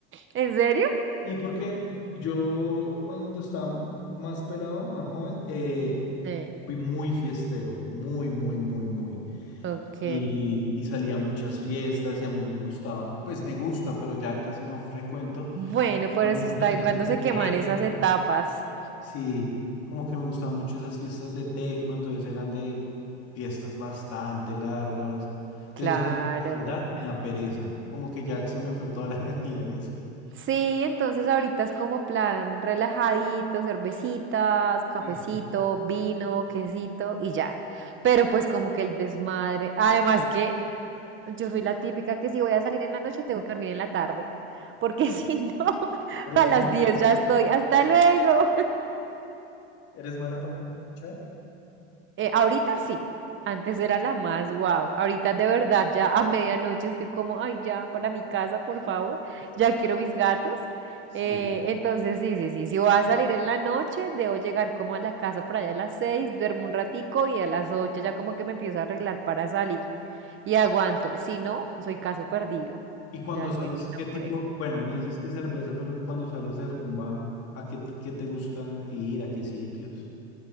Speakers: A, on the right; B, on the left.
A: ¿En serio?
B: Y porque yo cuando estaba más pelado, más joven, eh,
A: Sí.
B: fui muy fiestero, muy, muy, muy, muy.
A: Ok.
B: Y, y salía a muchas fiestas y a mí me gustaba, pues me gusta, pero ya casi no frecuento.
A: Bueno,
B: me gustan
A: por eso
B: mucho
A: está
B: las
A: bien
B: fiestas
A: cuando se
B: de
A: queman
B: tecno.
A: esas etapas.
B: Sí, como que me gustaban mucho esas fiestas de tecno, entonces eran de fiestas bastante largas. Entonces
A: Claro.
B: ya, la verdad, me da pereza. Como que ya se me fue toda la <laughs> energía en eso.
A: Sí, entonces ahorita es como plan relajadito, cervecitas, cafecito,
B: Eso.
A: vino, quesito y ya. Pero pues como que el desmadre. Además que yo soy la típica que si voy a salir en la noche tengo que dormir en la tarde. Porque <laughs> si no,
B: ¿Eres
A: a
B: mala
A: las 10
B: para trasnochar?
A: ya estoy. Hasta luego.
B: ¿Eres mala para trasnochar?
A: Eh, ahorita sí, antes era la más wow. Ahorita de verdad ya a medianoche estoy como, ay, ya, para mi casa, por favor, ya quiero mis gatos.
B: Sí.
A: Eh, entonces sí, sí, sí, si voy a salir en la noche, debo llegar como a la casa por allá a las seis, duermo un ratico y a las ocho ya como que me empiezo a arreglar para salir y aguanto. Si no, soy caso perdido.
B: Y cuando
A: Ya no
B: sales,
A: me invitan
B: ¿qué tipo?
A: por eso.
B: Bueno, me dices que cerveza, pero cuando sales de rumba, ¿a qué, qué te gusta ir? ¿A qué sitios?